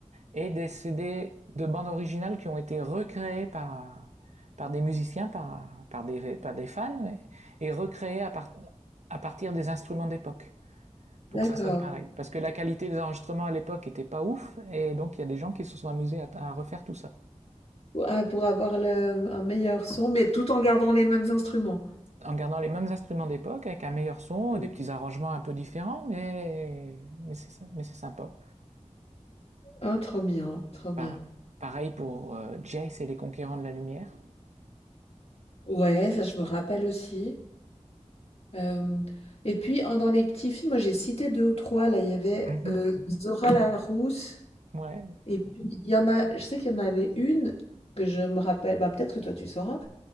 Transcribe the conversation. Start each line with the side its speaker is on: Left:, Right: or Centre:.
Right: et des CD de bandes originales qui ont été recréés par, par des musiciens, par, par, des, par des fans, et recréés à, part, à partir des instruments d'époque,
Left: D'accord.
Right: pour que ça sonne pareil. Parce que la qualité des enregistrements à l'époque était pas ouf, et donc il y a des gens qui se sont amusés à, à refaire tout ça.
Left: Ou ah, pour avoir le un meilleur son, mais tout en gardant les mêmes instruments?
Right: En gardant les mêmes instruments d'époque, avec un meilleur son,
Left: Mmh.
Right: des petits arrangements un peu différents, mais, mais c'est mais c'est sympa.
Left: Ah, trop bien, trop bien.
Right: Bah, pareil pour euh, Jace et les Conquérants de la Lumière.
Left: Ouais, ça, je me rappelle aussi. Hem et puis, en dans les petits films, moi, j'ai cité 2 ou 3 là, il y avait,
Right: Mm -hmm.
Left: heu, Zora Larousse
Right: Ouais,
Left: et puis il y en a je sais qu'il y en avait une que je me rappelle, bah, peut-être que toi, tu sauras.